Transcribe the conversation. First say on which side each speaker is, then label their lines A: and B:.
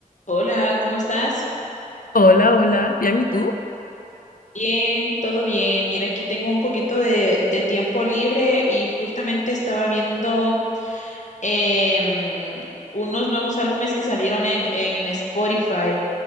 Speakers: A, on the left (about 55°); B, on the left (about 80°).
A: Hola, ¿cómo estás?
B: Hola, hola, bien, ¿y tú?
A: Bien, todo bien. Mira, aquí tengo un poquito de, de tiempo libre y justamente estaba viendo em, unos nuevos álbumes que salieron en, en Spotify.